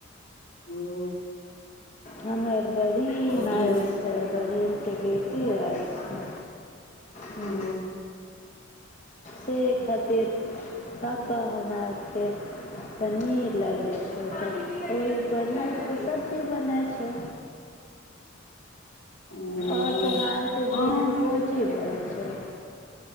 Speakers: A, on the left (about 70°); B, on the left (about 40°).
A: ह
B: हमर बहिन
A: नीक
B: आएल छै बहिन त बेटी आएल छै हूँ
A: ओ
B: से खातिर पापा हमरा आरके पनीर लए लै छै तऽ ओही पनीरके सबजी बनै छैय
A: ओ
B: और तोहारके
A: हँ
B: भोजन को चीज भैल छैय